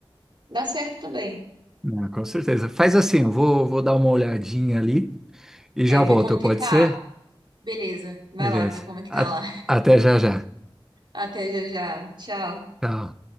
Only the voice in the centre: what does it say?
Não, com certeza. Faz assim, eu vou, vou dar uma olhadinha ali. e já
volto,
pode
ser?
Beleza.
A-
Até já já.
Tchau.